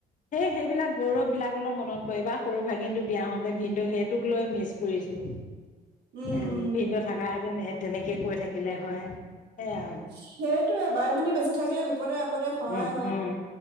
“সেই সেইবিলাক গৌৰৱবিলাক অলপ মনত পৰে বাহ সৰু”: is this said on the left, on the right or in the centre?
Left